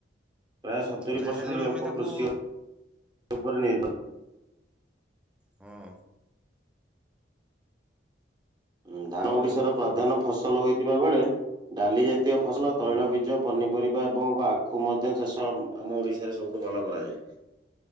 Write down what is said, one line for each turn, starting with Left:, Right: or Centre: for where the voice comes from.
Right: ପ୍ରାୟ ସତୁରି
Centre: ଯାହାହେଲେ
Right: ପରସେଣ୍ଟ
Centre: ବି
Right: ଲୋକ
Centre: ଆମେ ତାକୁ
Right: କୃଷି ଉପରେ ନିର୍ଭା
Centre: ହଁ।
Right: ହୁଁ ଧାନ
Centre: ଆଉ
Right: ଓଡିଶାର ପ୍ରଧାନ ଫସଲ ହୋଇଥିବା ବେଳେ। ଡାଲି ଜାତୀୟ ଫସଲ ତୈଳ
Centre: ହଁ
Right: ବୀଜ ପନିପରିବା ଏବଂ ଆଖୁ ମଧ୍ୟ ଚାଷ। ଆମ ଓଡିଶାରେ ସବୁଠୁ ଭଲ କରାଯାଏ।